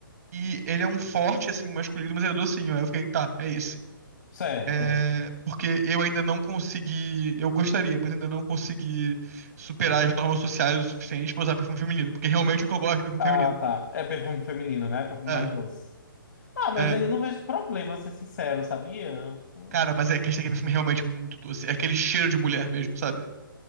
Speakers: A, on the right (about 45°); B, on the left (about 60°).
A: E ele é um forte, assim, masculino, mas ele é docinho. Aí eu fiquei, tá, é esse.
B: Certo.
A: É, porque eu ainda não consegui. Eu gostaria, mas ainda não consegui superar as normas sociais o suficiente pra usar perfume feminino. Porque realmente o que eu gosto é perfume
B: Ah,
A: feminino.
B: tá. É perfume feminino, né? Perfume
A: É,
B: mais doce. Ah, mas
A: é.
B: aí eu não vejo problema, ser sincero, sabia? <laughs> Hum.
A: Cara, mas é que esse aqui é perfume é realmente muito doce. É aquele cheiro de mulher mesmo, sabe?